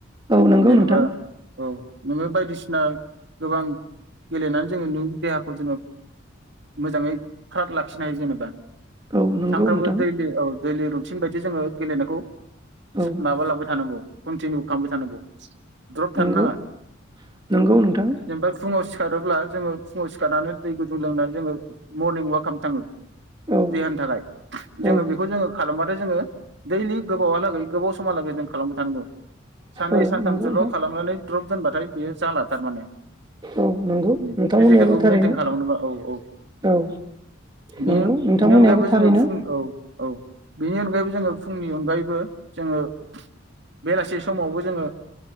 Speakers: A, on the right (about 20°); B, on the right (about 60°).
A: औ नंगौ
B: जेनेबा
A: नोंथां
B: औ। नोङो बायदिसिना गोबां गेलेनानै जोङो नोंनि देहाखौ जोङो मोजाङै फ्राद लाखिनो हायो जेनेबा।
A: औ नंगौ
B: सानफ्रामबो
A: नोंथां
B: दैलि औ दैलि रुटिन बायद बि जोङो गेलेनायखौ।
A: औ
B: सा- माबा लाांबाय थानांगौ। कनटिनिउ खालामबाय थानांगौ। द्रप थानो
A: नंगौ
B: नाङा
A: नंगौ नोंथां
B: जेनबा फुङाव सि सिखारोब्ला जोङो फुङाव सिखारनानै दै गुदुं लोंनानै जोङो मरनिं अवाक खालामनो थाङो।
A: औ
B: देहानि थाखाय जोङो
A: औ
B: बेखौ जोङो। खालामबथाय जोङो दैलि । गोबावा लागै गोबाव समहा लागै नों। खालामबाय थानांगौ साननै
A: औ
B: सानथामसोल'
A: नंगौ नोंथां
B: खालामनानै। द्रब दोनबाथाय बेयो जाला। थारमाने
A: औ नंगौ
B: उम
A: नोंथांमोननियाबो
B: पिजिकेलखौ
A: थारैनो
B: मेनटेन खालामनोबा औ औ
A: औ
B: बे
A: नंगौ नोंथांमोननियाबो
B: बेनि अनगायैबो
A: थारैनो
B: जोङो फुं औ-औ बेनि अनगायैबो । जोङो फुंनि अनगायै। बो जोङो बेलासि समावबो जोङो